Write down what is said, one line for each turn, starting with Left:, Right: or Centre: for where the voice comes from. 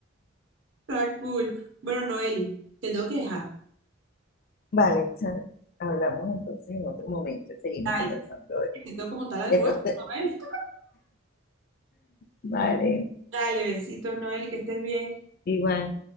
Right: Está cool. Bueno, Noeli, te tengo que dejar.
Left: Vale, Charo, hablamos entonces en otro momento, seguimos
Right: Dale,
Left: conversando. de-
Right: te tengo como tal almuerzo,
Left: Entonces,
Right: Noeli.
Left: vale,
Right: Dale, besitos, Noeli, que estés bien.
Left: igual.